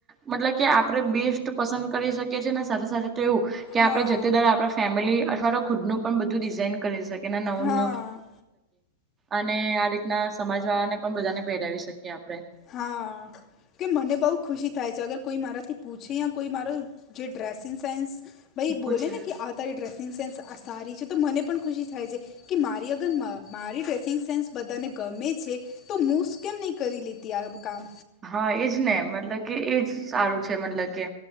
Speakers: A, on the right; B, on the left.
A: મતલબ કે આપણેે બેસ્ટ પસંદ કરી શકીએ છીએ ને સાથે સાથે તેવું. કે
B: હા
A: આપણે જતે દર આપ ફેમિલી અથવા તો ખુદનું પણ બધું ડિઝઇન કરી શકી નવું
B: હા
A: નવુ. અને આ રીતના સમાજ વાળા ને પણ બધાને પહેરાવી શકીએ આપણે.
B: હા. કે મને બહુ ખુશી થાય છે અગર કોઈ મારાથી પૂછે કોઈ મારો જે ડ્રેસિંગ સેન્સ ભાઈ
A: પૂછે
B: બોલે ને કે આ તારી ડ્રેસિંગ સેન્સ આ સારી છે તો મને પણ ખુશી થાય છે. કે મારી અગર મ મારી ડ્રેસિંગ સેન્સ બધાને ગમે છે તો મુસ કેમ નહી કરી લે ત્યાં બ કામ
A: હા એજ ને મતલબ કે એજ સારું છે મતલબ કે